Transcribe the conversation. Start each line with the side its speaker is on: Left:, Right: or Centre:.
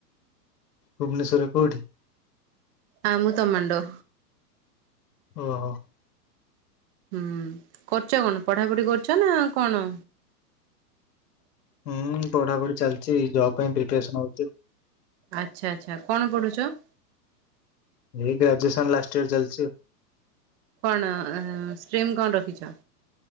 Left: ଭୁବନେଶ୍ଵରରେ କୋଉଠି?
Right: ଆମୁତ ମଣ୍ଡୋ।
Left: ଓହୋ।
Right: ହୁଁ କରୁଛ କଣ ପଢାପଢି କରୁଛ ନା କଣ?
Left: ହୁଁ ପଢାପଢି ଚାଲିଛି, ଜବ ପାଇଁ ପ୍ରିପେସନ ହଉଛି।
Right: ଆଚ୍ଛା ଆଚ୍ଛା କଣ ପଢୁଚ?
Left: ଏଇ ଗ୍ରାଜୁଏସନ ଲାଷ୍ଟ ଇୟର ଚାଲିଛି।
Right: କଣ ଷ୍ଟିମ୍ କଣ ରଖିଛ?